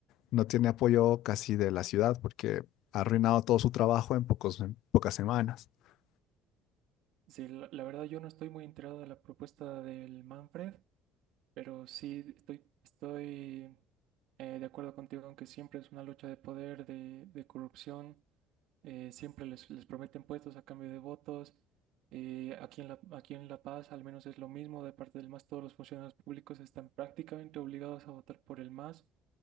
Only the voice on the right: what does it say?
Sí, la, la verdad yo no estoy muy enterado de la propuesta del Manfred, pero sí estoy, estoy eh, de acuerdo contigo aunque siempre es una lucha de poder, de, de corrupción, eh, siempre les, les prometen puestos a cambio de votos. Eh, aquí en La, aquí en La Paz al menos es lo mismo, de parte del MAS todos los funcionarios públicos están prácticamente obligados a votar por el MAS